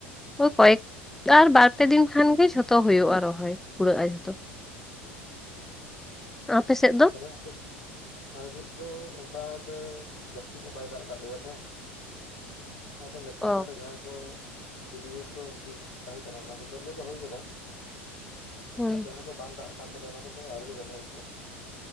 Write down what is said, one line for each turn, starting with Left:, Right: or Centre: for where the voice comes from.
Centre: ᱳᱭ ᱠᱚᱭᱮᱠᱴᱟ ᱟᱨ ᱵᱟᱨ ᱯᱮ ᱫᱤᱱ ᱠᱷᱟᱱ ᱜᱮ ᱡᱷᱚᱛᱚ ᱦᱩᱭᱳᱜᱼᱟ ᱨᱚᱦᱚᱭ ᱠᱩᱲᱟᱹᱜᱼᱟ ᱡᱷᱚᱛᱚ᱾ ᱟᱯᱮ ᱥᱮᱫ ᱫᱚ?
Left: ᱨᱚᱦᱭ ᱟᱯᱮᱥ ᱟᱞᱮ ᱥᱮᱫ ᱫᱚ ᱚᱱᱠᱟ ᱫᱚ ᱡᱟᱹᱥᱛᱤ ᱧᱚᱜ ᱵᱟᱭ ᱫᱟᱜ ᱠᱟᱜ ᱞᱮᱭᱟ ᱛᱚ᱾ ᱟᱫᱚ ᱢᱤᱫᱴᱟᱝ
Centre: ᱚ
Left: ᱵᱟᱨᱮᱭᱟ ᱡᱟᱦᱟᱸ ᱠᱚ ᱜᱤᱰᱭᱟᱹ ᱠᱚ ᱥᱩᱨ ᱥᱩᱯᱩᱨ ᱛᱟᱦᱮᱸ ᱠᱟᱱᱟ ᱚᱱᱟ ᱠᱚᱫᱚᱞᱮ ᱨᱚᱦᱚᱭ ᱟᱠᱟᱫᱟ᱾
Centre: ᱦᱩᱸ
Left: ᱟᱨ ᱡᱟᱦᱟᱸ ᱠᱚ ᱵᱟᱝ ᱫᱟᱜ ᱠᱟᱱ ᱛᱟᱞᱮᱭᱟ ᱚᱱᱟ ᱠᱚᱫᱚ ᱟᱣᱨᱤᱞᱮ ᱨᱚᱦᱚᱭᱟ ᱱᱤᱛᱚᱜ ᱦᱚᱸ᱾